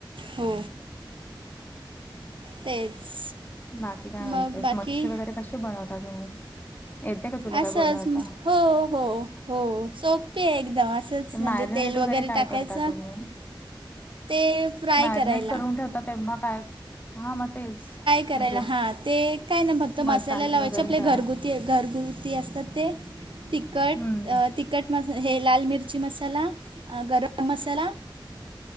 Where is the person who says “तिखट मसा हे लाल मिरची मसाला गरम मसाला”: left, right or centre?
Right